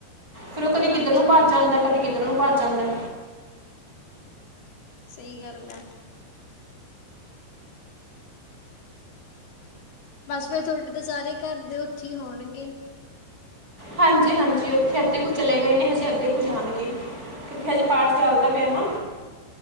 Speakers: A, on the right; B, on the left.
A: ਫੇਰ ਉਹ ਕਦੀ ਕਿੱਧਰ
B: ਹਾਂਜੀ।
A: ਨੂੰ ਭੱਜ ਜਾਂਦਾ, ਕਦੀ ਕਿੱਧਰ ਕਿੱਧਰੋਂ ਨੂੰ ਭੱਜ ਜਾਂਦਾ।
B: ਸਹੀ ਗੱਲ ਆ। ਬਸ ਫੇਰ ਤੁਹਾਡੇ ਤਾਂ ਸਾਰੇ ਘਰ ਦੇ ਉੱਥੇ ਹੀ ਹੋਣਗੇ।
A: ਹਾਂਜੀ ਹਾਂਜੀ, ਉੱਥੇ ਅੱਧੇ ਕੁ ਚਲੇ ਗਏ ਨੇ, ਹਜੇ ਅੱਧੇ ਕੁ ਜਾਣਗੇ। ਕਿਉਕਿ ਹਜੇ ਪਾਠ ਚੱਲਦਾ ਪਿਆ ਨਾ।